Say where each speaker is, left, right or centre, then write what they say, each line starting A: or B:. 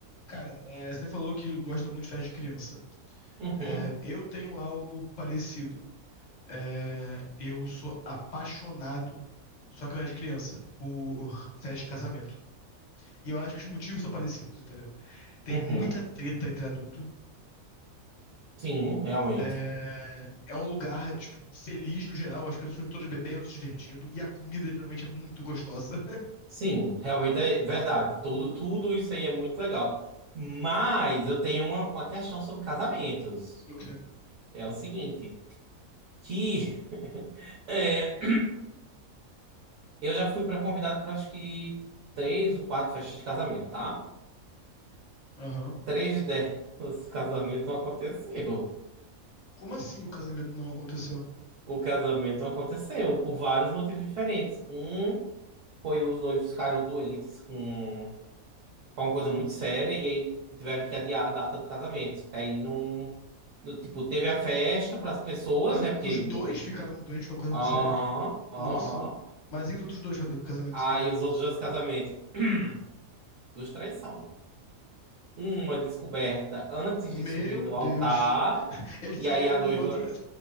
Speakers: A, on the left (about 50°); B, on the right (about 65°).
A: Cara, é, você falou que gosta muito de festa de criança.
B: Uhum,
A: É, eu tenho algo parecido. É, eu sou apaixonado, só que não é de criança, por festa de casamento. E eu acho que os motivos são parecidos, entendeu? Tem
B: uhum.
A: muita treta entre adultos.
B: Sim, realmente.
A: É, é um lugar, tipo, feliz no geral, as pessoas todas bebendo, se divertindo, e a comida geralmente é muito gostosa. <laughs>
B: Sim, realmente é verdade. Tudo, tudo isso aí é muito legal. Mas eu tenho uma, uma questão sobre casamentos.
A: Do que?
B: É o seguinte, que <laughs> é, eu já fui para convidado para acho que três ou quatro festas de casamento, tá?
A: Aham.
B: Três delas, <laughs> o casamento não aconteceu.
A: Como assim o casamento não aconteceu?
B: O casamento não aconteceu por vários motivos diferentes. Um foi os noivos ficaram doentes com foi uma coisa muito séria e aí tiveram que adiar a data do casamento. Só que aí não, no- tipo, teve a festa para as pessoas,
A: Mas
B: né? Porque
A: os
B: meio
A: dois
B: que
A: ficaram doentes, foi uma coisa muito
B: aham,
A: séria?
B: aham.
A: Nossa, mas e os outros dois ca- casamentos,
B: Aí
A: então?
B: os outros dois casamentos, <clears throat> duas traições Uma descoberta antes
A: Meu
B: de subir no
A: Deus.
B: altar,
A: <laughs> Eles
B: e
A: saíram
B: aí a
A: um
B: noiva,
A: com o outro.